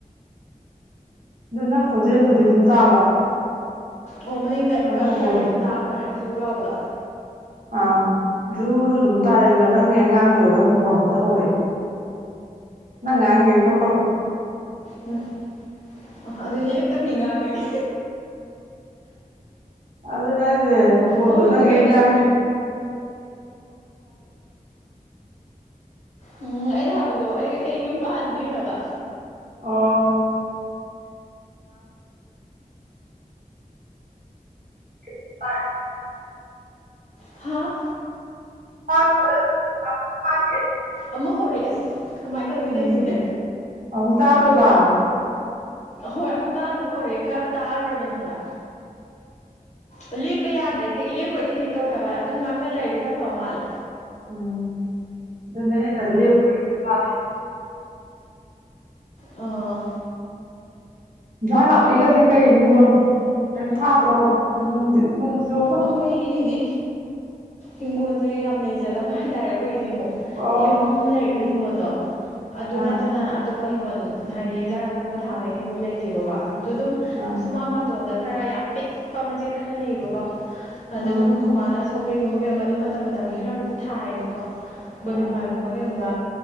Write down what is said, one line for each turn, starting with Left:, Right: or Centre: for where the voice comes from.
Right: ꯗꯨ ꯅꯪ ꯈꯣꯟꯖꯦꯟꯕꯨꯗꯤ ꯗꯨꯝ ꯇꯥꯕ
Left: ꯑꯣ ꯃꯅꯤꯡꯗ ꯑꯗꯨꯒ
Right: ꯑꯗꯣ ꯃꯈꯣꯟ
Left: ꯈꯔꯗꯤ ꯑꯗꯨꯝ ꯇꯥꯕ ꯑꯗꯨꯋꯥꯏꯅ ꯖꯨ ꯂꯥꯎꯕꯗꯣ
Right: ꯑꯪ ꯖꯨꯖꯨ ꯑꯗꯨꯝ ꯇꯥꯏꯕ ꯅꯪꯅ ꯍꯦ ꯉꯥꯡ ꯂꯣꯏꯔꯒ ꯃꯈꯣꯟ ꯍꯦꯠꯇ ꯍꯧꯔꯛꯑꯦ ꯅꯪ ꯉꯥꯡꯉꯤꯉꯩ ꯈꯥ ꯐꯕ
Left: ꯃ ꯃꯥ ꯑꯗꯨꯏ ꯂꯦꯞꯇꯕꯤ ꯉꯥꯡꯉꯒꯦ
Right: ꯑꯗꯨꯅꯦ ꯍꯥꯏꯖꯦ ꯃꯈꯣꯟꯗꯣ
Left: ꯑꯣ ꯍꯧꯖꯤꯛꯀꯤ
Right: ꯅꯪ ꯍꯦꯛ ꯉꯥꯡꯗꯤ <inaudible>
Left: ꯎꯝ ꯑꯩꯅ ꯍꯥꯏꯕꯗꯣ ꯑꯩ ꯑꯩ ꯌꯨꯝ ꯄꯥꯟꯗ꯭ꯔꯤ ꯍꯥꯏꯕ
Right: ꯑꯣ <inaudible>
Left: ꯍꯥꯥ
Right: <inaudible>
Left: ꯑꯃꯨꯛ ꯍꯧꯔꯦ ꯑꯁ ꯀꯃꯥꯏꯟ ꯇꯧꯅꯤ
Right: ꯎꯝ
Left: ꯇꯧꯏꯖꯤꯗꯤ
Right: ꯑꯃꯨꯛ ꯇꯥꯗꯔ꯭ꯕ
Left: ꯍꯣꯏ ꯑꯃꯨꯛ ꯇꯥꯗꯕ ꯍꯧꯔꯛꯑꯦ ꯈꯔ ꯇꯥꯔꯨꯔꯕꯅꯦ ꯍꯥꯢꯕ ꯑꯣ ꯂꯦꯞꯄ ꯌꯥꯗ꯭ꯔꯦ ꯍꯦꯛ ꯂꯦꯞꯄꯨꯔꯗꯤ ꯍꯦꯛ ꯇꯧꯋꯦ ꯍꯥꯏꯕ ꯑꯗꯨꯝ ꯉꯥꯡꯅ ꯂꯩꯔꯗꯤ ꯈꯔ ꯐꯕ ꯃꯥꯜꯂꯦ
Right: ꯎꯝ ꯗꯨꯅꯦ ꯑꯩꯅ <unintelligible> ꯂꯦꯞꯄꯣꯢ ꯇꯥꯔꯦ
Left: ꯑꯥ
Right: ꯏꯟꯖꯥꯥꯡ ꯅꯥꯄꯤꯒꯗꯤ ꯀꯩ ꯍꯤꯡꯒꯣꯟ ꯀꯩꯝ ꯊꯥꯗ꯭ꯔꯣ ꯅꯣꯡꯖꯦ ꯅꯣꯡ ꯆꯨ
Left: ꯑꯈꯣꯏꯗꯤ ꯍꯤꯡꯒꯣꯟꯖꯦ ꯌꯥꯝ ꯂꯩꯖꯗꯕ ꯍꯥꯏꯇꯥꯔꯦ ꯑꯈꯣꯏꯒꯤꯗꯤ ꯑꯃꯨꯛ
Right: ꯑꯣ
Left: ꯌꯨꯝ ꯂꯩꯔꯤꯕ ꯍꯤꯡꯒꯣꯟꯗꯣ ꯑꯗꯨ
Right: ꯑꯥ
Left: ꯅꯠꯇꯅ ꯑꯇꯣꯞꯄ ꯍꯤꯡꯒꯣꯟ ꯍꯥꯏꯗꯤ ꯍꯦꯟꯖꯥꯡ ꯅꯥꯄꯤꯒꯨꯝꯕ ꯊꯥꯕꯩꯗꯤ ꯑꯃꯨꯛ ꯂꯩꯇꯦꯕꯀꯣ ꯑꯗꯨꯗ ꯗꯨꯝ
Right: ꯑꯥ
Left: ꯁꯨꯃꯥꯡ ꯃꯇꯣꯟꯗ ꯈꯔ ꯌꯥꯝ ꯄꯤꯛꯄ ꯃꯆꯦꯠ ꯈꯔ ꯂꯩꯌꯦꯕꯀꯣ ꯑꯗꯗꯨꯝ
Right: ꯎꯝ
Left: ꯈꯣꯃꯥꯅ ꯁꯧꯒ꯭ꯔꯤꯒꯨꯝꯕ ꯀꯩꯒꯨꯝꯕ ꯑꯗꯨꯝ ꯃꯇꯝ ꯃꯇꯝꯒꯤ ꯈꯔꯕꯨꯗꯤ ꯊꯥꯏꯌꯦꯕꯀꯣ ꯀꯣꯂꯤ
Right: ꯎꯝ
Left: ꯍꯋꯥꯏꯒꯨꯝꯕ ꯀꯩꯒꯨꯝꯕ꯫